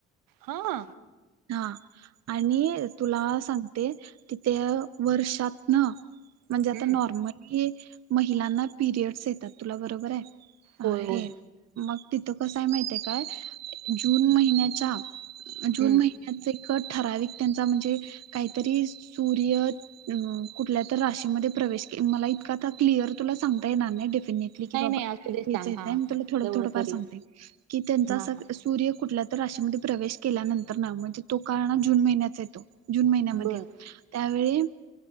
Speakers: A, on the right; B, on the right.
A: हा.
B: हा, आणि तुला सांग ते, तिथ वर्षातन म्हणजे आता
A: हम्म
B: नॉर्मली महिलांना पीरियड्स येतात, तुला बरोबर हाय, अ,
A: होय
B: हे
A: होय
B: मग तिथं कसय हाय माहिती हाय काय, जून महिन्याचा, जून
A: हम्म
B: महि याच कट ठराविक त्यांचा म्हणजे, काहीतरी सूर्य कुठल्या तर राशीमध्ये प्रवेश, मला इतका क्लिअर तुला सांगता येणार नाही, डेफिनेटली ठीक
A: नाही
B: आहे
A: नाही
B: बाबा,
A: असू दे सांग
B: येता -येता
A: हा
B: मी तुला मी तुला
A: तेवढं
B: थोडं -थोडं फार
A: तरी
B: तुला सांगते की त्याचा
A: हा
B: असं
A: हा
B: सूर्य कुठल्या तर राशीमध्ये प्रवेश केल्यानंतरन, म्हणजे तो काळ ना जून महिन्याचं येतो. जून महिन्यामध्ये,
A: बर
B: त्यावेळी